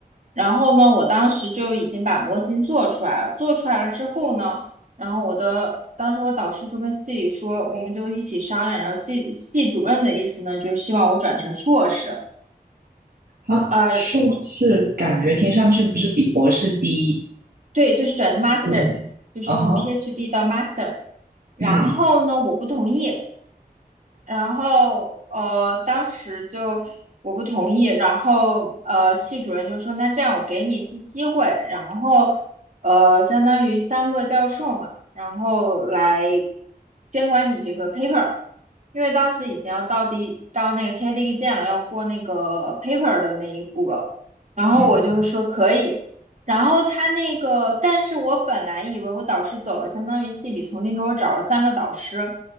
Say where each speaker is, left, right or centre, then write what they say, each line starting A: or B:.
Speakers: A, on the right; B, on the right.
A: 然后呢，我当时就已经把模型做出来了。做出来了之后呢，然后我的当时我导师就跟系里说，我们就一起商量。然后系系主任的意思呢，就是希望我转成硕士，
B: 他硕士感觉听上去不是比博士低，
A: 呃，对，就是转成 master，
B: 对吗？
A: 就是从
B: 啊哈，
A: PhD 到 master。然后呢，
B: 嗯
A: 我不同意，然后呃，当时就我不同意，然后呃，系主任就说那这样我给你一次机会，然后呃，相当于三个教授嘛，然后来监管你这个 paper，因为当时已经要到第到那个 KDE 建了，要过那个 paper 的那一步了，然后我就说可以。
B: 嗯
A: 然后他那个，但是我本来以为我导师走了，相当于系里重新给我找了三个导师，